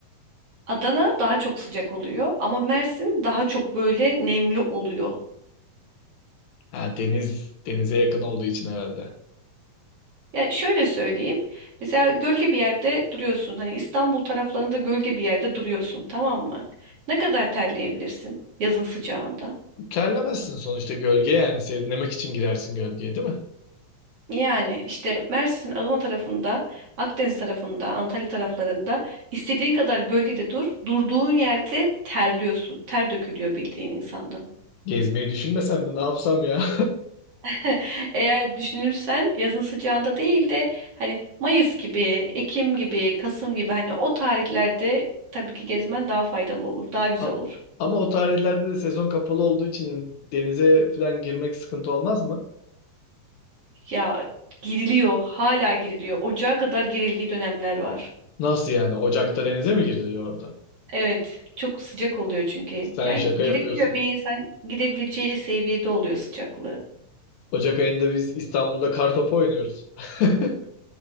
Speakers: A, on the right; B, on the left.
A: Adana daha çok sıcak oluyor ama Mersin daha çok böyle nemli oluyor.
B: Ha, deniz denize yakın olduğu için herhalde.
A: Yani şöyle söyleyeyim. Mesela gölge bir yerde duruyorsun. Hani İstanbul taraflarında gölge bir yerde duruyorsun, tamam mı? Ne kadar terleyebilirsin yazın sıcağında?
B: Terlemezsin sonuçta gölge yani serinlemek için girersin gölgeye değil mi?
A: Yani işte Mersin, Adana tarafında, Akdeniz tarafında, Antalya taraflarında istediğin kadar gölgede dur. Durduğun yerde terliyorsun. Ter dökülüyor bildiğin insandan.
B: Gezmeyi düşünmesem mi ne yapsam ya?
A: <laughs> Eğer düşünürsen yazın sıcağında değil de hani Mayıs gibi, Ekim gibi, Kasım gibi hani o tarihlerde tabii ki gezmen daha faydalı olur,
B: <laughs>
A: daha güzel
B: A-
A: olur.
B: Ama o tarihlerde de sezon kapalı olduğu için denize falan girmek sıkıntı olmaz mı?
A: Ya giriliyor, hala giriliyor. Ocağa kadar girildiği dönemler var.
B: Nasıl yani? Ocak'ta denize mi giriliyor orada?
A: Evet, çok sıcak oluyor çünkü.
B: Sen
A: Yani
B: şaka
A: girebiliyor
B: yapıyorsun.
A: bir insan girebileceği seviyede oluyor sıcaklığı.
B: Ocak ayında biz İstanbul'da kartopu oynuyoruz. <laughs>